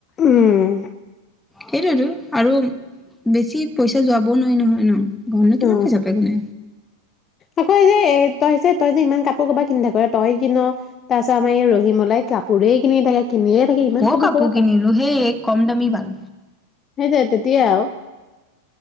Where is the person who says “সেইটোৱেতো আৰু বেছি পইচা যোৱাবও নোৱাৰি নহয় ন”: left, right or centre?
Centre